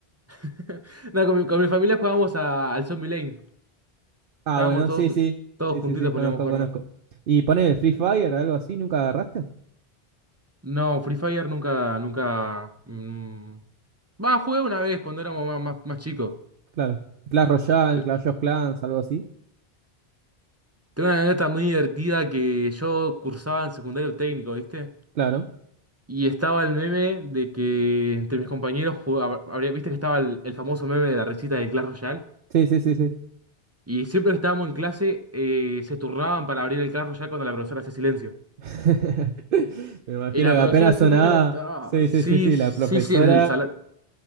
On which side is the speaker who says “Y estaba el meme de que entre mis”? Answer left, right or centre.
Right